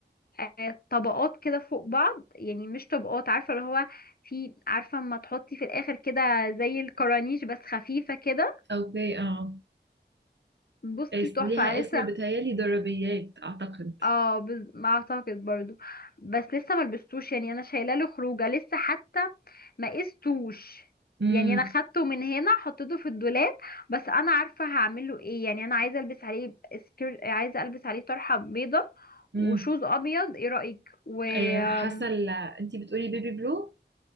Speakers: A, on the left (about 55°); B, on the right (about 75°).
A: آه طبقات كده فوق بعض يعني مش طبقات عارفة اللي هو في عارفة اما تحطي في الآخر كده زي الكرانيش بس خفيفة كده
B: اوكي اه
A: بصي
B: اس-
A: تحفة
B: ليها
A: أنا
B: اسم
A: لسه
B: بتهيألي ضربيات أعتقد
A: اه بز... ما اعتقد برضو بس لسه ما لبستوش يعني انا شايله له خروجه لسه حتى ما قستوش
B: امم
A: يعني انا خدته من هنا حطيته في الدولاب بس انا عارفه هعمل له ايه يعني انا عايزه البس عليه سكير عايزه البس عليه طرحه بيضه
B: امم
A: وشوز ابيض ايه رايك و آم،
B: آه، حاسة ال- انتي بتقولي بيبي بلو